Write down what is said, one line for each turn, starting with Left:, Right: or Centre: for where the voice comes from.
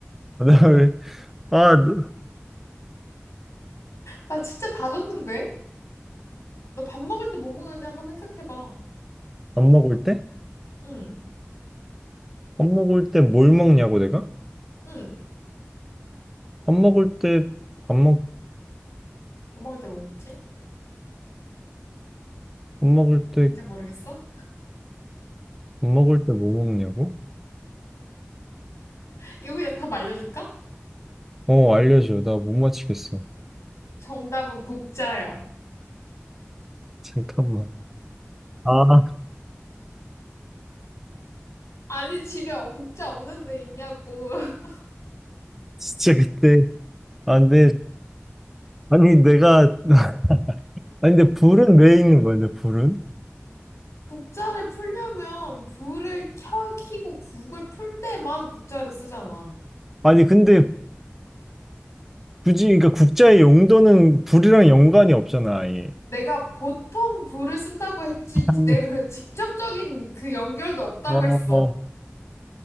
Centre: 그다음에 아, 너-
Left: 나 진짜 다 줬는데? 너 밥 먹을 때 뭐 먹는지 한번 생각해봐.
Centre: 밥 먹을 때?
Left: 응,
Centre: 밥 먹을 때 뭘 먹냐고 내가?
Left: 응.
Centre: 밥 먹을 때 밥 먹,
Left: 밥 먹을 때 뭐 먹지?
Centre: 밥 먹을 때
Left: 진짜 모르겠어?
Centre: 밥 먹을 때 뭐 먹냐고?
Left: <laughs> 이거 그냥 다 말려줄까?
Centre: 어, 알려줘. 나 못 맞히겠어.
Left: 정답은 국자야.
Centre: 잠깐만. 아, 아,
Left: 아니, 집에 국자 없는데 있냐고. <laughs>
Centre: 진짜 그때. 아, 근데, 아니, 내가, <laughs> 아니, 근데 불은 왜 있는 거야, 근데 불은?
Left: 국자를 풀려면 불을 켜, 켜고 국을 풀 때만 국자를 쓰잖아.
Centre: 아니, 근데 굳이, 그러니까 국자의 용도는 불이랑 연관이 없잖아, 아예.
Left: 내가 보통 불을 쓴다고 했지,
Centre: 음,
Left: 내가 그래, 직접적인 그 연결도 없다고
Centre: 어,
Left: 했어.
Centre: 어,